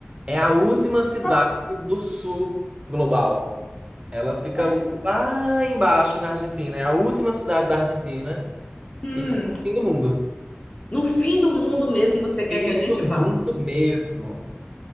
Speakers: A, on the right; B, on the left.
A: É a última cidade
B: falar.
A: do sul global. Ela fica
B: Olha,
A: lá embaixo na Argentina, é a última cidade da Argentina
B: hum,
A: e fim do mundo.
B: no fim do mundo mesmo você quer
A: Fim
B: que a gente
A: do
B: vá?
A: mundo mesmo.